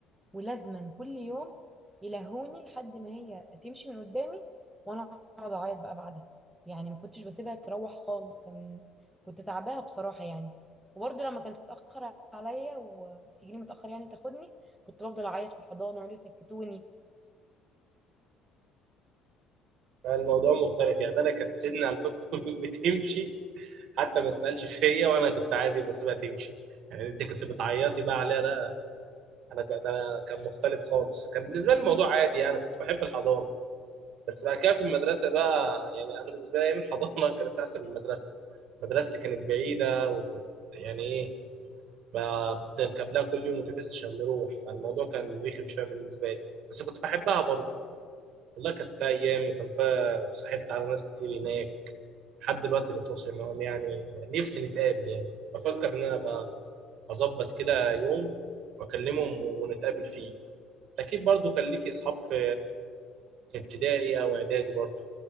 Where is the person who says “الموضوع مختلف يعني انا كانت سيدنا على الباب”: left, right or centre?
Right